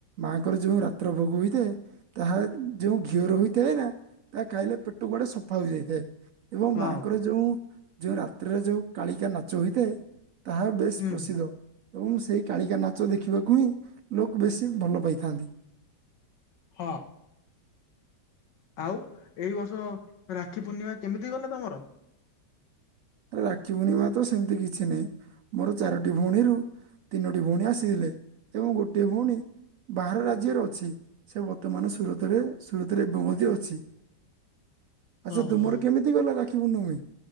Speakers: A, on the right; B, on the left.
A: ମାଙ୍କର ଯୋଉ ରାତ୍ର ଭୋଗ ହୋଇଥାଏ ତାହା ଯେଉଁ ଘିଅର ହୋଇଥାଏ ନା ତା ଖାଇଲେ ପେଟ ଗୁଡେ ସଫା ହୋଇଯାଇଥାଏ। ଏବଂ
B: ହଁ
A: ମାଙ୍କର ଯୋଉ ଯୋଉ ରାତ୍ରିରେ ଯୋଉ କାଳିକା ନାଚ ହୋଇଥାଏ। ତାହା ବେଶ୍
B: ହୁଁ
A: ପ୍ରସିଦ୍ଧ। ଏବଂ ସେଇ କାଳିକା ନାଚ ଦେଖିବାକୁ ହିଁ ଲୋକ ବେଶୀ ଭଲ ପାଇଥାନ୍ତି।
B: ହଁ ଆଉ ଏଇ ବର୍ଷ ରାକ୍ଷୀ ପୂର୍ଣ୍ଣିମା କେମିତି ଗଲା ତମର?
A: ରାକ୍ଷୀ ବୂଣ୍ଣିମା ତ ସେମିତି କିଛି ନାହିଁ ମୋର ଚାରୋଟି ଭଉଣୀରୁ ତିନୋଟି ଭଉଣୀ ଆସିଥିଲେ ଏବଂ ଗୋଟିଏ ଭଉଣୀ ବାହାର ରାଜ୍ୟରେ ଅଛି ସେ ବର୍ତ୍ତମାନ ସୁରତରେ ସୁରତରେ ଏବ ମଧ୍ୟ ଅଛି।
B: ହଁ
A: ଆଚ୍ଛା ତୁମର କେମିତି ଗଲା ରାଖୀ ପୁର୍ଣ୍ଣମୀ?